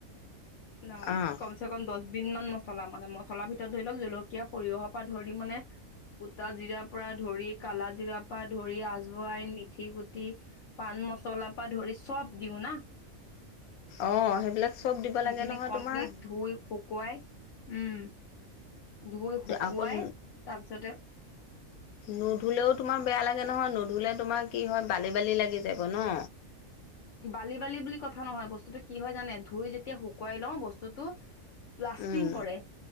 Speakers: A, on the left; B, on the left.
A: <unintelligible> কমচ
B: অঁ
A: কমচে কম দছ বিধ মান মছলা মানে, মছলাৰ ভিতৰত ধৰি লওঁক জলকীয়া, সৰিয়হৰ পৰা ধৰি মানে গোটা জিৰা পৰা ধৰি কালা জিৰা পৰা ধৰি আজৱাইন, মিথি গুটি পাণ মছলা পা ধৰি চব দিওঁ না।
B: অ সেইবিলাক চব দিব
A: সেইখিনি
B: লাগে নহয়
A: কমপ্লিট
B: তোমাৰ
A: ধুই শুকুৱাই, উম। ধুই শুকুৱাই
B: আকৌ
A: তাৰপিছতে
B: নুধুলেও তোমাৰ বেয়া লাগে নহয়। নুধুলে তোমাৰ কি হয় বালি-বালি লাগি যাব ন?
A: বালি-বালি বুলি কথা নহয়। বস্তুটো কি হয় জানে? ধুই যেতিয়া শুকুৱাই লওঁ বস্তুটো লাষ্টিং
B: উম,
A: কৰে।